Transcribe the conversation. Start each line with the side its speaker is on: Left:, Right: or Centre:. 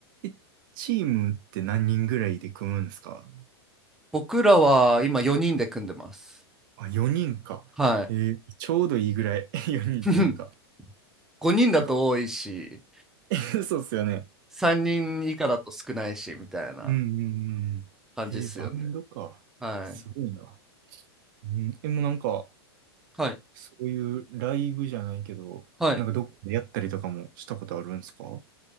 Right: え、チームって何人ぐらいで組むんですか
Centre: 僕らは今4人で組んでます。
Right: あ、4人か。
Centre: はい。
Right: えーちょうどいいぐらい。<laughs> 4人ってなんか、
Centre: <laughs> 5人だと多いし、
Right: なんか、<laughs> そうっすよね。
Centre: 3人以下だと少ないし、みたいな
Right: うんうんうん。
Centre: 感じですよね。
Right: えーバンドか。
Centre: はい。
Right: すごいな。うん、でもなんか、
Centre: はい。
Right: そういうライブじゃないけど、
Centre: はい。
Right: なんかどっかでやったりとかもしたことあるんですか